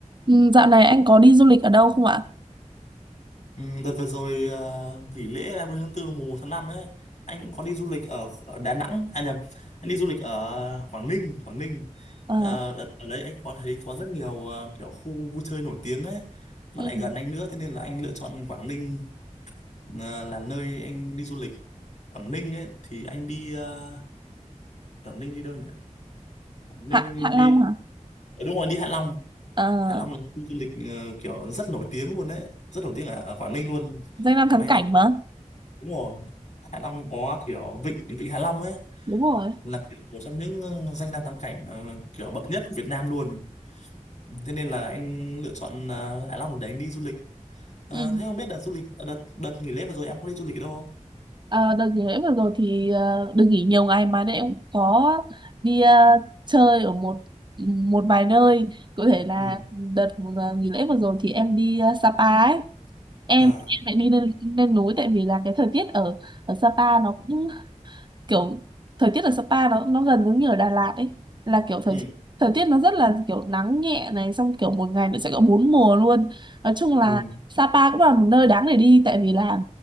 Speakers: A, on the right; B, on the left.
A: Ừ, dạo này anh có đi du lịch ở đâu không ạ?
B: Ừ, đợt vừa rồi ờ, nghỉ lễ 30 tháng tư mùng một tháng 5 ấy anh cũng có đi du lịch ở, ở Đà Nẵng à nhầm anh đi du lịch ở Quảng Ninh Quảng Ninh
A: À,
B: Ờ, đợt, ở đấy anh có thấy có rất nhiều ờ, kiểu khu vui chơi nổi tiếng ấy mà
A: Ừ,
B: lại gần anh nữa thế nên là anh lựa chọn Quảng Ninh ờ, là nơi anh đi du lịch Quảng Ninh ấy thì anh đi ờ, Quảng Ninh đi đâu nhỉ Quảng Ninh
A: Hạ Hạ
B: đi
A: Long hả?
B: ở đúng rồi đi Hạ Long
A: À,
B: Hạ Long là khu du lịch ờ, kiểu rất nổi tiếng luôn đấy rất nổi tiếng ở, ở Quảng Ninh luôn
A: danh lam
B: mà
A: thắng
B: anh
A: cảnh
B: lại
A: mà.
B: đúng rồi Hạ Long có kiểu vịnh vịnh Hạ Long ấy
A: đúng rồi.
B: là kiểu một trong những ờ, danh lam thắng cảnh ờ, kiểu bậc nhất của Việt Nam luôn thế nên là anh lựa chọn ờ, Hạ Long để anh đi du lịch Ờ,
A: Ừ.
B: thế không biết đợt du lịch ờ, đợt đợt nghỉ lễ vừa rồi em có đi du lịch ở đâu không
A: À, đợt nghỉ lễ vừa rồi thì ờ, được nghỉ nhiều ngày mà nên em cũng có đi ờ, chơi ở một một vài nơi. Cụ thể là
B: ừ
A: đợt ờ, nghỉ lễ vừa rồi thì em đi ờ, Sapa ấy. Em
B: à
A: em lại đi lên lên núi tại vì là cái thời tiết ở ở Sapa nó cũng kiểu thời tiết ở Sapa nó nó gần giống như ở Đà Lạt ấy là kiểu thời
B: ừ
A: thời tiết nó rất là kiểu nắng nhẹ này xong kiểu một ngày nó sẽ có bốn mùa luôn nói chung là
B: ừ
A: Sapa cũng là một nơi đáng để đi tại vì là